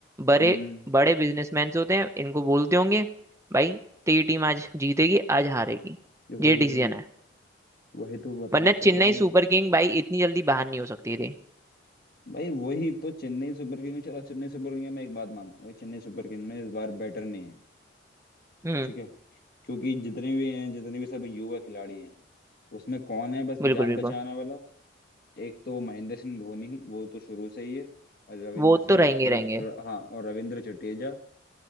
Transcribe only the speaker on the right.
बड़े बड़े बिजनेसमैन होते हैं इनको बोलते होंगे भाई तेरी टीम आज जीतेगी आज हारेगी
ये डिसीजन
है
वरना
चेन्नई
सुपर किंग भाई इतनी जल्दी बाहर नहीं हो सकती थी
हम्म
बिल्कुल
बिल्कुल
वो
तो रहेंगे
रहेंगे